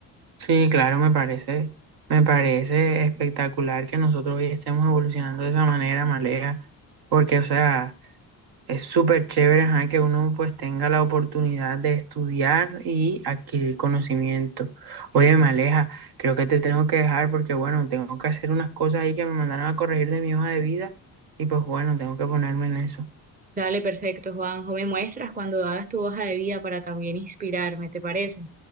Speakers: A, on the right; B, on the right.
A: Sí, claro, me parece, me parece espectacular que nosotros hoy estemos evolucionando de esa manera, Malea, porque o sea... Es súper chévere, ajá, que uno pues tenga la oportunidad de estudiar y adquirir conocimiento. Oye, Maleja, creo que te tengo que dejar porque bueno, tengo que hacer unas cosas ahí que me mandaron a corregir de mi hoja de vida y pues bueno, tengo que ponerme en eso.
B: Dale, perfecto, Juanjo. Me muestras cuando hagas tu hoja de vida para también inspirarme, ¿te parece?